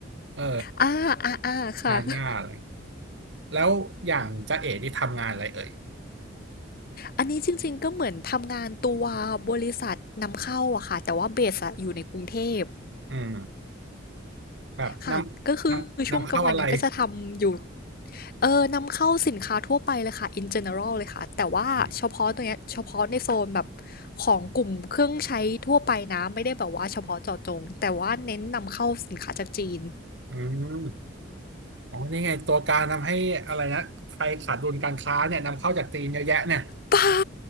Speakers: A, on the right (about 65°); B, on the left (about 45°).
A: เออ
B: อ่าอ่าอ่าค่ะ
A: ยาย่าอะไร
B: <laughs>
A: แล้วอย่างจ๊ะเอ๋ที่ทำงานอะไรเอ่ย
B: อันนี้จริงๆก็เหมือนทำงานตัวบริษัทนำเข้าอะค่ะแต่ว่าเบสอะอยู่ในกรุงเทพ
A: อืมแบบนำนำนำเข้าอะไร
B: ค่ะก็คือช่วงกลางวันเนี่ยก็จะทำอยู่เออนำเข้าสินค้าทั่วไปเลยค่ะ in general เลยค่ะแต่ว่าเฉพาะตัวเนี้ยเฉพาะในโซนแบบ
A: อืม
B: ของกลุ่มเครื่องใช้ทั่วไปนะไม่ได้แบบว่าเฉพาะเจาะจงแต่ว่าเน้นนำเข้าสินค้าจากจีน
A: อืมอ๋อนี่ไงตัวการทำให้อะไรนะไทยขาดดุลการค้าเนี่ยนำเข้าจากจีนเยอะแยะเนี่ย
B: เปล่า